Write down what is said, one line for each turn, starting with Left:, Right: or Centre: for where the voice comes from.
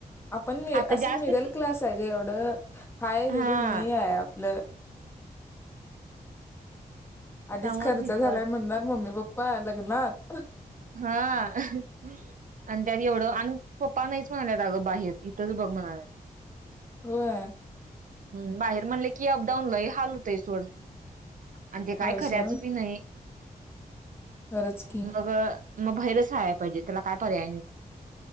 Left: आपण
Right: आता
Left: असं
Right: जास्त
Left: मिडल
Right: फी
Left: क्लास आहे ग एवढं हाय
Right: हा
Left: हेज नाही आहे आपलं आधीच
Right: त्यामुळेच
Left: खर्च
Right: भीती
Left: झालाय
Right: वाटते
Left: म्हणणार मम्मी पप्प पय लग्नात
Right: हा आणि त्यात एवढं आणि पप्पा नाहीच म्हणाल्यात अगं बाहेर इथंच बघ म्हणाल्यात.
Left: होय.
Right: हम् बाहेर म्हणले कि अपडाऊन लय हाल होतंय सोड आणि ते काय
Left: होय
Right: खऱ्याचं
Left: सोड
Right: भी नाही.
Left: खरंच की
Right: मग मग भैरच राला पाहिजे त्याला काय पर्याय नाही.